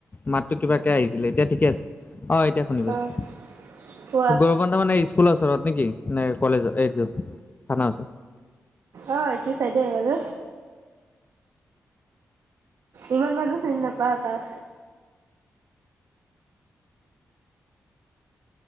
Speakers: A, on the left (about 35°); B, on the right (about 75°).
A: মাতটো কিবাকে আহিছিলে এতিয়া ঠিকে আছে অ, এতিয়া শুনি পাইছো।
B: অ', কোৱা
A: গৌৰহন্তে মানে স্কুলৰ ওচৰত নেকি নে কলেজৰ‌ এই এইটো। থানাৰ ওচৰত?
B: অ, এইটো চাই দিয়া বাৰু। ইমান মানুহ চিনি নাপাও তাত।